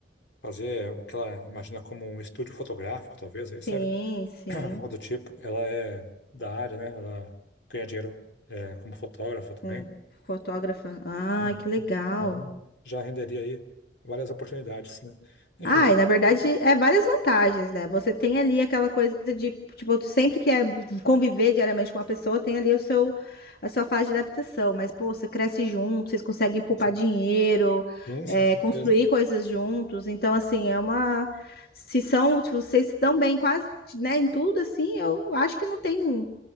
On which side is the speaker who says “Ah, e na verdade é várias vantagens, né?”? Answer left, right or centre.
Left